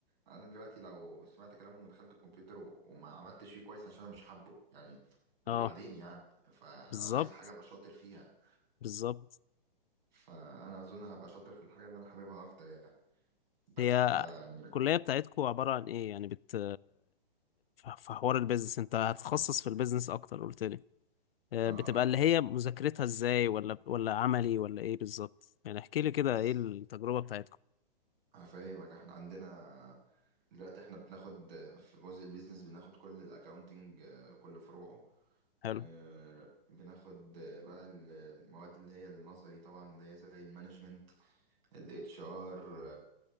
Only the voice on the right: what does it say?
انا دلوقتي لو سمعت كلامهم ودخلت الكمبيوتر و... وما عملتش فيه كويس عشان انا مش حابه يعني وبعدين
يعني فانا
عايز حاجه ابقى شاطر فيها
فانا اظن هبقى شاطر في الحاجه اللي انا حاببها اكتر يعني بس
فيعني
اه
بس
هفهمك احنا عندنا دلوقتي احنا بناخد في جزء البيزنس بناخد كل الاكاونتنج كل فروعه
آه، بناخد آه، بقى المواد اللي هي النظري طبعا اللي هي زي المانجمنت الاتش ار